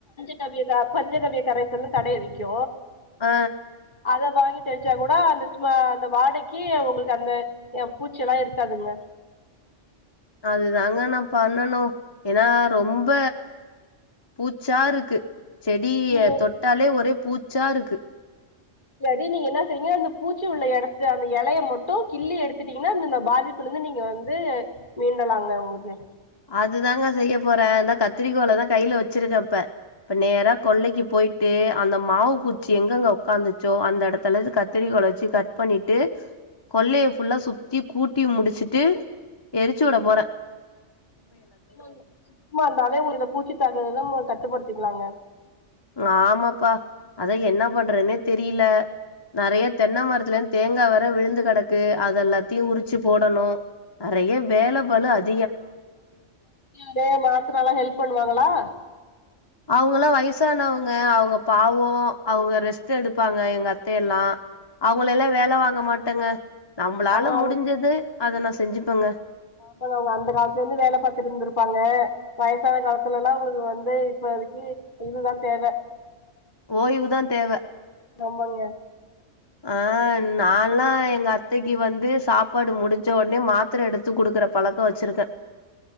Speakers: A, on the left; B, on the left.
A: <unintelligible> கரைச்சலு கடைல விக்கு
B: ஆ
A: அத வாங்கி தெளிச்சா கூட அந்தஸ் ம அந்த வாடைக்கி உங்களுக்கு அந்த ஏ பூச்சி எல்லா இருக் க்காதுங்க
B: அது தாங்க நா பண்ணணு ஏன்னா ரொம்ப பூச்சாருக்கு செடிய
A: நீங்க
B: தொட்டாலே ஒரே பூச் சாருக்கு
A: இல்லாடி நீங்க என்னா செய்ங்க அந்த பூச்சி உள்ள எடத்த அந்த எலைய மட்டும் கிள்ளி எடுத்துட்டீங்கன்னா அந்தந்த பாதிப்புலந்து நீங்க வந்து மீண்டலாங்க உங்களுக்கு
B: அதுதாங்க செய்ய போற அதா கத்திரிக்கோல தா கையில வச் ச்சிருக்கப்ப இப்ப நேரா கொள்ளைக்கி போயிட்டு அந்த மாவு பூச்சி எங்கெங்க உக்காந்துச்சோ அந்த எடத்துல இது கத்திர கோல வச்சு கட் பண்ணிட்டு கொள்ளைய ஃபுல்லா சுத்தி கூட்டி முடிச்சுட்டு எரிச்சு உட போறே
A: <unintelligible> சுத்தமா இருந்தாலே உங்களுக் இந்த பூச்சி தாக்குறத ம கட்டுப்படுத் திக்லாங்க
B: ம் ஆமாப்பா அதா என்னா பண்றதுன்னேத் தெரியில நறைய தென்ன மரத்துலந்து தேங்கா வர விழுந்து கடக்கு அத எல்லாத்தையும் உரிச்சு போடணும் நறைய வேல பலு அத்
A: பெர் மாத்துனால்லா ஹெல்ப் பண்ணுவாங்களா
B: அவங்கல்லா வயிசானவங்க அவங்க பாவோ அவங்க ரெஸ்ட் எடுப்பாங்க எங்க அத்தைய எல்லா அவங்கள எல்லா வேல வாங்க மாட்டேங்க நம்புளால
A: ஆமா அவங்க
B: முடிஞ்சது அத நா செஞ்சுப்பங்க
A: ஆமாங்க அவங்க அந்த காலத்துல இருந்து வேல பாத்திட்ருந்திருப்பாங்க வயசான காலத்துல எல்லா அவங்களுக்கு வந்து இப்பதைக்கு இதுதா தேவை
B: ஓய்வுதா தேவ
A: ஆமாங்க
B: ஆ நால்லா எங்க அத்தைக்கு வந்து சாப்பாடு முடிச்ச உடனே மாத்திர எடுத்து குடுக்குற பழக்க வெச்சிருக்கே